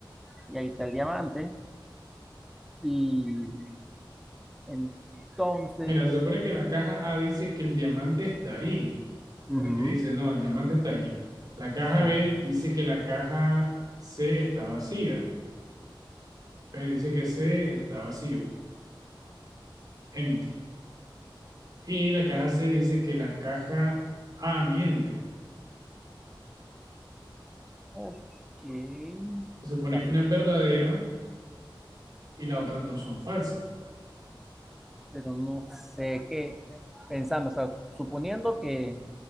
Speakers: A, in the centre; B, on the right.
A: y ahí está el diamante. Y entonces,
B: Mira, se supone que la caja A dice que el diamante está ahí. Esta
A: ujú,
B: es la que dice, no, el diamante está aquí. La caja
A: sí.
B: B dice que la caja C está vacía. B dice que C está vacío, empty. Y la caja C dice que la caja A miente.
A: ok,
B: Se supone
A: o sea,
B: que
A: su-
B: una es verdadera y las otras dos son falsas.
A: pero no sé qué, pensando, o sea, suponiendo que